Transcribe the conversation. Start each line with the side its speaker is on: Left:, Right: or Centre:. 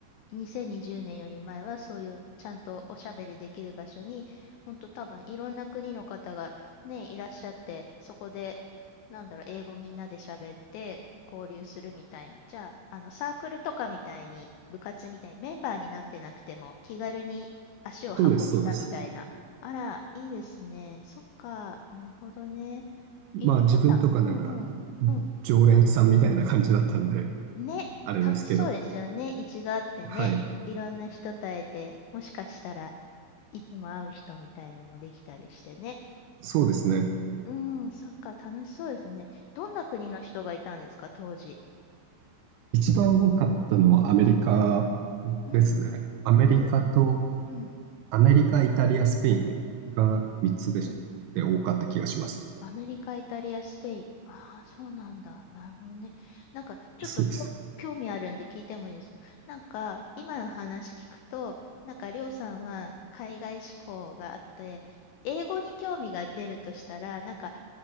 Left: 2020年より前はそういうちゃんとおしゃべりできる場所に、本当多分いろんな国の方がね、いらっしゃって、そこで、なんだろう、英語みんなで喋って交流するみたいな。じゃあ、あのサークルとかみたいに、部活みたいにメンバーになってなくても気軽に足を運べたみたいな。
Right: そうです、そうです。
Left: あら、いいですね。そっか、なるほどね。
Right: まあ自分とかなんか
Left: い、どんな、うんうん、うん。
Right: 常連さんみたいな感じだったので、
Left: ね、
Right: あれですけど、
Left: 楽しそうですよね。一度会ってね、
Right: はい、
Left: いろんな人と会えて、もしかしたらいつも会う人みたいのもできたりしてね。
Right: そうですね。
Left: うん、そっか、楽しそうですね。どんな国の人がいたんですか、当時。
Right: 一番多かったのはアメリカ
Left: うんうん。
Right: ですね。アメリカと、
Left: アメリカ。うん。
Right: アメリカ、イタリア、スペインが3つでし、
Left: うん
Right: で多かった気がします。
Left: アメリカ、イタリア、スペイン。ああ、そうなんだ。なるほどね。なんか、ちょっとこ興味あるんで聞いてもいいですかなんか、
Right: そうです。
Left: 今の話聞くと、なんか、りょうさんは海外志向があって、英語に興味が出るとしたら、なんか、